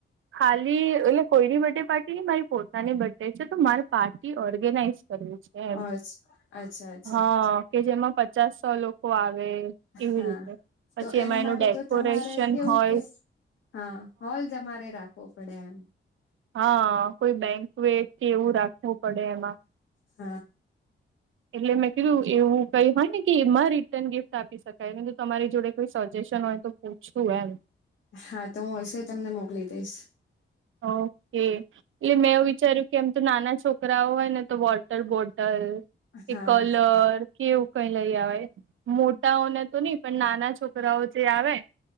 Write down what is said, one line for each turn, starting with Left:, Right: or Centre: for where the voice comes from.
Right: ખાલી એટલે કોઈની બર્થ ડે પાર્ટી મારી પોતાની બર્થ ડે છે તો મારી પાર્ટી ઓર્ગેનાઈઝ. કર છે એ
Left: અછ અચ્છા અચ્છા
Right: હા. કે જેમાં પચાસ સો લોકો આવે એવી
Left: હા
Right: રીતે. પછી
Left: તો એની
Right: એમાં
Left: માટે
Right: એનું ડેકોરેશન
Left: તો તમારે કેવું
Right: હોય
Left: કે હા હોલ તમારે રાખ. ફપડામ.
Right: હા કોઈ બેંક વે કે એવું રાખવું પડે એમાં.
Left: હા
Right: એટલે મેં કીધું એવું કઈ હોય ને કે એમાં રિટર્ન ગિફ્ટ આપી શકાય તમારી જોડે કોઈ સ. સેશન હોય તો પૂછતું એમ.
Left: હા તો હું હશે તમને મોકલી દઈશ.
Right: ઓકે એટલે મેં એવું વિચાર્યું કે એમ તો નાના છોકરાઓ હોય ને તો વોટર બોટલ. કે
Left: હા
Right: કલર કેવું કઈ લઈ આવે મોટાઓને તો નહી પણ નાના. છોકરાઓ જે આવે